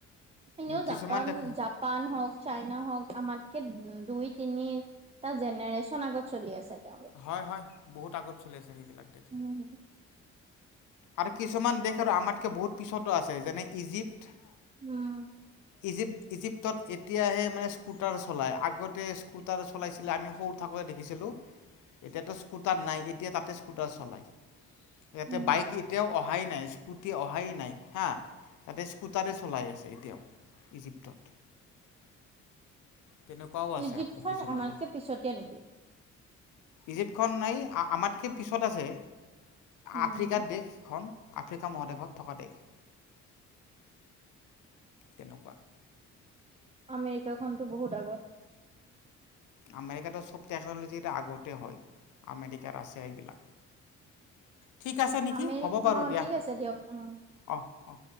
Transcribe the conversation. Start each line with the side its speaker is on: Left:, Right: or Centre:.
Right: এনেও
Left: কিছুমান
Right: জাপান
Left: দেখো
Right: জাপান হওক চাইনা হওক আমাৰ দুই তিনিটা জেনেৰেচন আগত চলি আছে তেওঁলোক।
Left: হয় হয় বহুত আগত চলি আছে সেইবিলাক দেশ
Right: উম,
Left: আৰু কিছুমান দেশ আৰু আমাতকে বহুত পিছতো আছে যেনে ইজিপ্ত
Right: উম
Left: ইজিপ ইজিপ্তত এতিয়াহে মানে স্কুটাৰ চলাই আগতে স্কুটাৰ চলাইছিলে আমি সৰু থাকো দেখিছিলো এতিয়াতো স্কুটাৰ নাই এতিয়া তাতে স্কুটাৰ চলাই, ইয়াতে
Right: উম,
Left: বাইক এতিয়াও অহাই নাই স্কুটি অহাই নাই হা, তাতে স্কুটাৰে চলাই আছে এতিয়াও ইজিপ্তত
Right: <inaudible>
Left: তেনেকুৱাও আছে
Right: ইজিপ্তখন
Left: আকৌ কিছুমান
Right: আমাতকে
Left: দেশ
Right: পিছতে নেকি?
Left: ইজিপ্তখন আমাতকে পিছত আছে।
Right: উম,
Left: আফ্ৰিকাৰ দেশখন আফ্ৰিকা মহাদেশত থকা দেশ তেনেকুৱা
Right: আমেৰিকাখনতো বহুত আগত
Left: আমেৰিকাটো চব টেকন'লজি আগতে হয় আমেৰিকা ৰাছিয়া এইবিলাক ঠিক আছে নেকি
Right: আমেৰি
Left: হ'ব বাৰু
Right: অ
Left: দিয়া
Right: ঠিক আছে দিয়ক অ
Left: অহ অহ